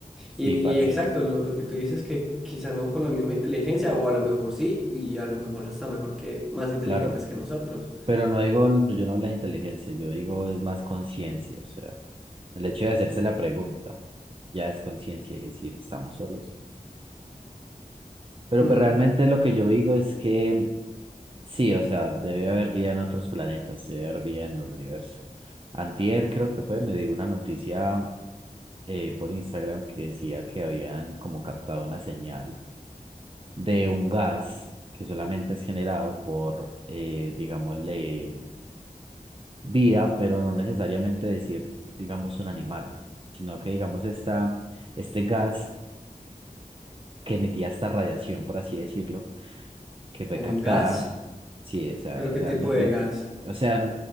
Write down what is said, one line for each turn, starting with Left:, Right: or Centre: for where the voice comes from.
Right: sí,
Centre: Y,
Right: parce,
Centre: y exacto, lo, lo que tú dices que quizá no con la misma inteligencia, o a lo mejor sí, y a lo mejor hasta mejor que más inteligentes
Right: claro.
Centre: que nosotros.
Right: Pero no digo, yo no hablo de inteligencia, yo digo es más conciencia, o sea, el hecho de hacerse la pregunta ya es conciencia y decir, estamos solos. Pero
Centre: Mm,
Right: pues realmente lo que yo digo es que sí, o sea, debe haber vida en otros planetas, debe haber vida en el universo. Antier creo que fue, me dio una noticia eh, por Instagram que decía que habían como captado una señal de un gas que solamente es generado por, eh, digámosle, vida, pero no necesariamente decir, digamos, un animal, sino que, digamos, esta, este gas que emitía esta radiación, por así decirlo, que fue
Centre: ¿un
Right: captada,
Centre: gas?
Right: sí, o sea,
Centre: ¿Pero
Right: realmente,
Centre: qué tipo de gas?
Right: o sea,